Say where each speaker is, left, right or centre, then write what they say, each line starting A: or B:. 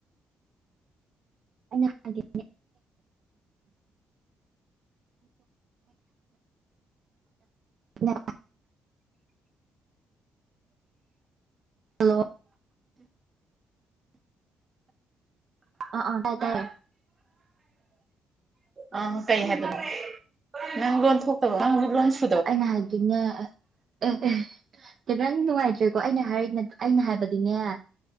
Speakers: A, on the right (about 55°); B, on the right (about 30°).
A: ꯑꯩꯅ ꯍꯥꯏꯗꯤꯅꯦ ꯅꯥ ꯍꯜꯂꯣ ꯑ ꯑ ꯇꯥꯏ ꯇꯥꯏ
B: ꯑ ꯀꯩ ꯍꯥꯏꯕꯅꯣ ꯅꯪ ꯂꯣꯟ ꯊꯣꯛꯇꯕ ꯅꯪ ꯂꯣꯟꯁꯦ
A: ꯑꯩꯅ ꯍꯥꯏꯗꯤꯅꯦ ꯑꯦ ꯑꯦ ꯀꯤ ꯅꯪ ꯅꯨꯡꯉꯥꯏꯇ꯭ꯔꯦꯀꯣ ꯑꯩꯅ ꯍꯥꯏꯅ ꯑꯩꯅ ꯍꯥꯏꯕꯗꯤꯅꯦ ꯑ